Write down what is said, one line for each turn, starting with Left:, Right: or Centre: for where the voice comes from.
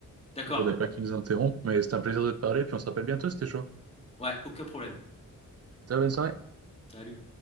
Left: d'accord,
Right: Puis je voudrais pas qu'il nous interrompe, mais c'était un plaisir de te parler, puis on se rappelle bientôt, c'était chaud.
Left: ouais, aucun problème.
Right: Ciao, bonne soirée.
Left: Salut.